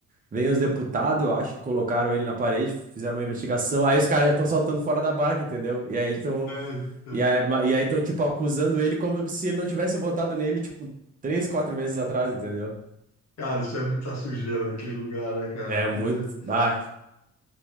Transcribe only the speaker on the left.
Eita.
Cara, isso é muita sujeira naquele lugar, né, cara?
Tu-
tu-